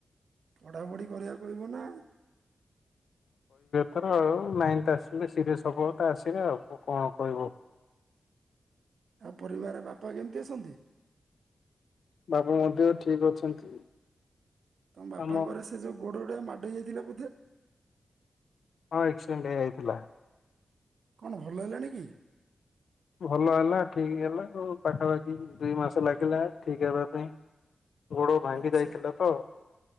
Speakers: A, on the right; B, on the left.
A: ପଢା଼ ପଢି଼ କରିବାକୁ ପଡିବ ନା।
B: ତାର ଆଉ ନାଇନ୍ଥ ଆସିଲେ ସିରିଏସ୍ ସବଳତା ଆସିବେ ଆଉ କଣ କହିବ।
A: ଆଉ ପରିବାର ବାପା କେମିତି ଅଛନ୍ତି?
B: ବାପା ମଧ୍ୟ ଠିକ ଅଛନ୍ତି।
A: ତମ ବାପାଙ୍କର
B: ଆମ
A: ସେ ଯୋଉ ଗୋଡ ଗୁଡା ମାଡ ହେଇଯାଇ ଥିଲା ବୋଧେ।
B: ହଁ ଆକ୍ସିଡେଣ୍ଟ ହେଇଯାଇଥିଲା।
A: କଣ ଭଲ ହେଲାଣି କି?
B: ଭଲ ହେଲା ଠିକ ହେଲା ଆ ପାଖାପାଖି ଦୁଇ ମାସ ଲାଗିଲା ଠିକ ହେବା ପାଇଁ। ଗୋଡ ଭାଙ୍ଗି
A: ଆଚ୍ଛା
B: ଯାଇଥିଲା ତ